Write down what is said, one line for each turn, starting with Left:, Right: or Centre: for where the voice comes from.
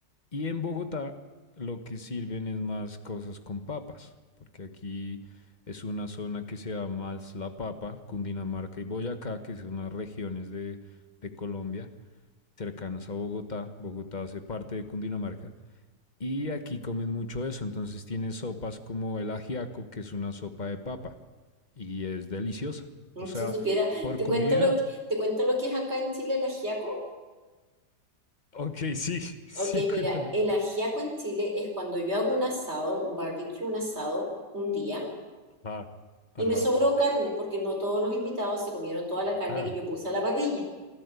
Left: Y en Bogotá lo que sirven es más cosas con papas, porque aquí es una zona que se da más la papa, Cundinamarca y Boyacá, que son las regiones de, de Colombia cercanas a Bogotá. Bogotá hace parte de Cundinamarca. Y aquí comen mucho eso, entonces tiene sopas como el ajiaco, que es una sopa de papa, y es deliciosa. O sea,
Right: Si supiera,
Left: por
Right: te
Left: comida,
Right: cuento lo que, te cuento lo que es acá en Chile el ajiaco.
Left: ok, <laughs> sí, sí,
Right: Ok,
Left: cuéntame.
Right: mira, el ajiaco en Chile es cuando yo hago un asado, un barbecue, un asado, un día,
Left: Ajá,
Right: y
Left: ajá,
Right: me sobró carne, porque no todos los invitados se comieron toda la carne
Left: ajá.
Right: que yo puse a la parrilla.